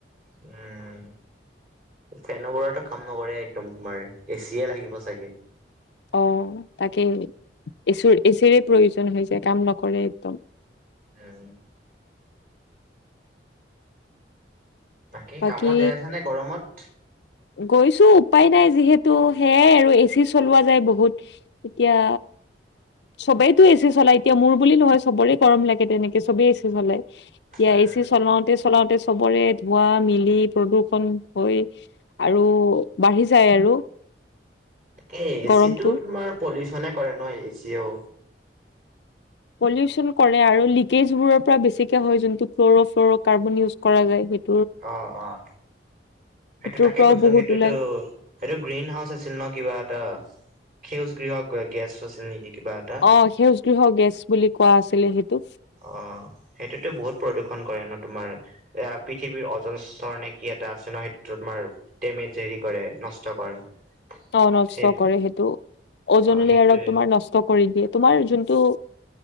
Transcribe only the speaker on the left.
অ' তাকে এচ এচিৰে প্ৰয়োজন হৈ যায় কাম নকৰে একদম।
বাকী
গৈছো উপায় নাই যিহেতু সেয়াই আৰু এ চি চলোৱা যায় বহুত। এতিয়া। চবেইতো এচি চলায় এতিয়া মোৰ বুলি নহয় সবৰে গৰম লাগে তেনেকে চবেই এ চি চলায়। এতিয়া
এ'চি চলাওতে- চলাওতে চবৰে ধোৱা মিলি প্ৰদূৰ্ষন হৈ। আৰু বাঢ়ি যায় আৰু।
গৰমটো
পলিউচন কৰে আৰু লিকেজ বোৰৰ পৰা বেছিকে হয় যোনটো ফ্ল'ৰ' ফ্ল'ৰ' কাৰ্বন ইউজ কৰা যায় সেই।
সেইটোৰ
পৰাও
বহুত
ওলাই
অ' সেউজ গৃহ গেছ বুলি কোৱা আছিলে সেইটো।
অ' নষ্ট
কৰে সেইটো ওজনি
আৰু ক তোমাৰ নষ্ট। কৰি দিয়ে তোমাৰ যোনটো।